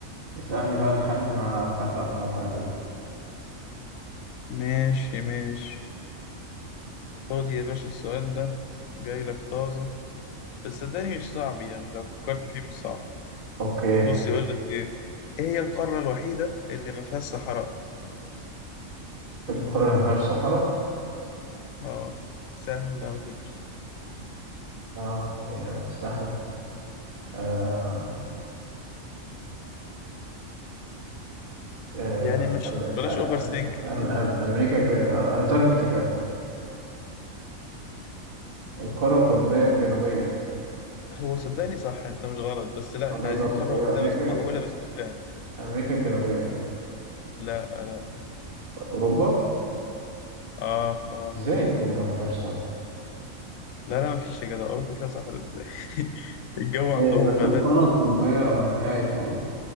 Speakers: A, on the right; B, on the left.
A: اسألني بقى لحد ما افتح لك موقع كده
B: ماشي ماشي خد يا باشا السؤال ده جاي لك طازه بس صدقني مش صعب يعني لو فكرت فيه مش صعب
A: اوكي
B: بص يقول لك ايه ايه هي القاره الوحيده اللي ما فيهاش صحراء
A: القارة اللي ما فيهاش صحراء
B: اه سهل على فكره
A: اه هي سهلة آه آه
B: يعني مش
A: أم
B: بلاش
A: أم
B: اوفر ثينك
A: أم أم امريكا الجن... آه، انتاركتيكا القارة القطبية الجنوبية
B: هو صدقني صح انت مش غلط بس لا
A: طب
B: احنا
A: ايه
B: عايزين
A: بقى
B: قاره
A: آه،
B: مأهوله
A: امريكا
B: بس مأهوله بالسكان
A: امريكا الجنوبية
B: لا لا
A: اوروبا
B: اه اه
A: ازاي
B: اوروبا.
A: اوروبا ما فيهاش صحراء
B: لا لا مفيش يا جدع أوروبا فيها صحراء إزاي <laughs> الجو عندهم
A: إيه، بس
B: غابات
A: القارة القطبية ما فيهاش برضه